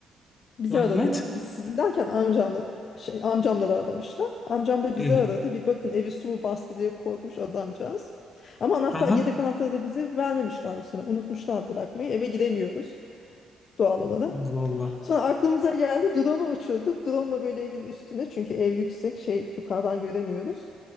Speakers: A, on the left (about 55°); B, on the left (about 30°).
A: bizi
B: evet.
A: aradılar. Biz sizin derken amcamla şey amcamları aramışlar. Amcam da
B: Evet.
A: bizi aradı. Bir bakın evi su mu bastı diye korkmuş adamcağız. Ama anahtar
B: Aha.
A: yedek anahtarı da bize vermemişler bu sene. Unutmuşlar bırakmayı. Eve giremiyoruz doğal olarak.
B: Allah Allah.
A: Sonra aklımıza geldi drone'u uçurduk. Drone'la böyle evin üstüne çünkü ev yüksek şey yukarıdan göremiyoruz.